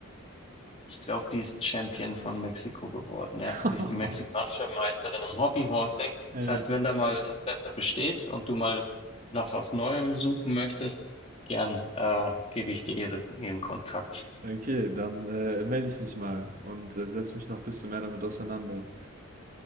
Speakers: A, on the left; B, on the right.
A: ich glaube, die ist Champion von Mexiko geworden,
B: <laughs>
A: ja. Die ist die mexikanische Meisterin im Hobbyhorsing.
B: Ja.
A: Das heißt, wenn da mal Interesse besteht und du mal nach was Neuem suchen möchtest, gern äh, gebe ich dir ihre, ihren Kontakt.
B: Okay, dann äh, melde ich mich mal und äh, setze mich noch ein bisschen mehr damit auseinander.